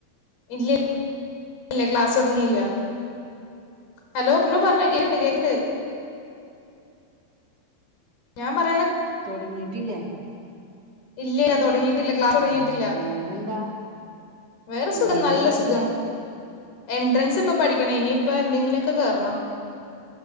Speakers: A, on the left (about 85°); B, on the right (about 45°).
A: <unintelligible> ഇല്ല ക്ലാസ് തുടങ്ങിയില്ല ഹലോ പിന്നെ പറഞ്ഞോ കേക്കണ്ട് കേക്കണ്ട് ഞാൻ പറ
B: തുടങ്ങിയിട്ട് ഇല്ലേ
A: ഇല്ലില്ല തൊടങ്ങി ഇല്ല ക്ലാസ്സ് തുടങ്ങിട്ടില്ല
B: ആ വേറെന്താ
A: വേറെ സുഖം
B: എന്തിനാ
A: നല്ല
B: പഠിക്കണേ
A: സുഖം എൻട്രൻസ് ഇപ്പം പഠിക്കണം ഇനിയിപ്പൊ എന്തെങ്കിലും കേറണം